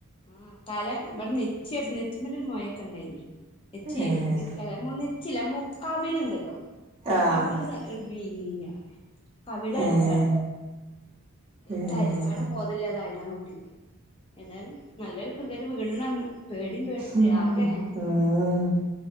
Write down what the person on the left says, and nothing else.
ഉം തല ഇബടെ നെറ്റിയൊരഞ്ഞ് നെറ്റിമ്മലോര് മൊയക്കെണ്ടായിന്നി. നെറ്റി <unintelligible>
മ്മ നെറ്റ്യല്ല. മു കവിള്ണ്ടല്ലോ.
കവിള് നല്ല ഒരു വീങ്ങ്യപോലെ. കവിളടിച്ചാണ്.
ത്
തരിച്ചാണ്ട് ബോധല്ല്യാതായതാണ് കുട്ടിക്ക്. ഏതായാലും നല്ലൊരു വികല് വീണ്ന്ന് അന്ന്. പേടീം പേടിച്ച്
ആകെ